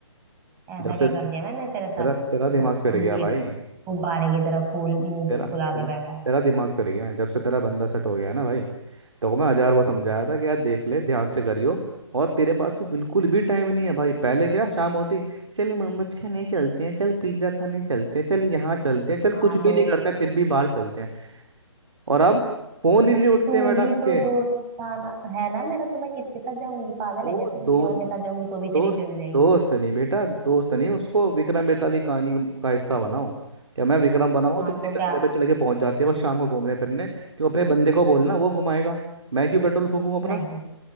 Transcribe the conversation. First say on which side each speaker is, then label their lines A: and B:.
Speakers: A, on the right (about 20°); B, on the right (about 70°).
A: ऐसा
B: जब से
A: क्या कर दिया मैंने
B: तेरा
A: तेरे साथ
B: तेरा दिमाग
A: ऐसा
B: फिर
A: फूल
B: गया भाई
A: गुब्बारे की तरह फूल मुंह
B: तेरा
A: फुला
B: तेरा
A: के बैठा है
B: तेरा दिमाग फिर गया है। जब से तेरा बंदा सेट हो गया है ना भाई तो मैं हजार बार समझाया था कि यार देख ले ध्यान से करियो और तेरे पास तो बिल्कुल भी टाइम नहीं है भाई पहले क्या शाम होती चल मोमोज खाने चलते हैं चल पिज्जा खाने चलते हैं चल यहाँ चलते हैं चल
A: हाँ
B: कुछ भी
A: तो
B: नहीं करते फिर भी बाहर चलते हैं और अब फोन
A: तो
B: ही नहीं उठते
A: तू
B: मैडम
A: ही तो
B: के
A: दोस्त था ना, है ना मेरा तो मैं किसके साथ जाऊंगी पागल
B: वो
A: है क्या
B: दो
A: तू किसी और के साथ जाऊंगी तो भी
B: दोस्त
A: तेरी जल जाएगी
B: दोस्त नहीं बेटा दोस्त नहीं उसको विक्रम बेताल की कहानी का हिस्सा बनाओ क्या मैं विक्रम बनाऊं
A: हाँ
B: तुम मेरे
A: तो क्या
B: कंधे पे चले के पहुंच जाते हो बस शाम को घूमने फिरने क्यों अपने बंदे को बोलना वो घुमाएगा मैं क्यों पेट्रोल फूकूं अपना
A: नहीं